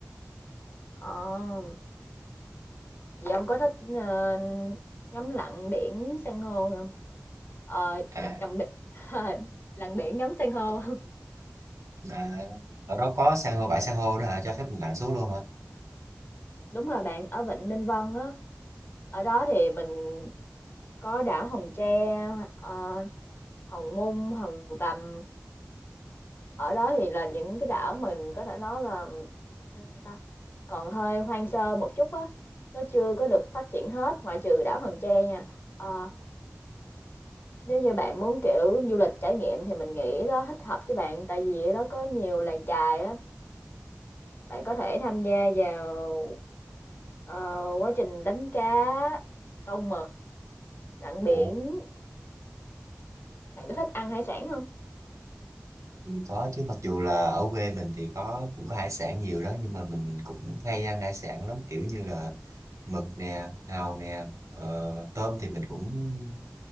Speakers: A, on the left (about 45°); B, on the right (about 90°).
A: Ờ. Vậy ông có thích, ờ, ngắm lặn biển san hô không Ờ,
B: à,
A: ngắm biển <laughs> lặn biển ngắm san hô. <laughs>
B: à ở đó có san hô bãi san hô đó hả cho phép mình lặn xuống luôn hả
A: Đúng rồi bạn, ở Vịnh Ninh Vân á, ở đó thì mình có đảo Hòn Tre, ờ, Hòn Mung, Hòn Tầm. Ở đó thì là những cái đảo mình có thể nói là sao ta, còn hơi hoang sơ một chút á, nó chưa có được phát triển hết ngoại trừ đảo Hòn Tre nha. Ờ. Nếu như bạn muốn, kiểu, du lịch trải nghiệm thì mình nghĩ đó thích hợp với bạn, tại vì ở đó có nhiều làng chài á, bạn có thể tham gia vào, ờ, quá trình đánh cá, câu mực, lặn biển.
B: Ồ,
A: Bạn có thích ăn hải sản không
B: có chứ mặc dù là ở quê mình thì có cũng có hải sản nhiều đó nhưng mà mình cũng hay ăn hải sản lắm kiểu như là mực nè hàu nè ờ, tôm thì mình cũng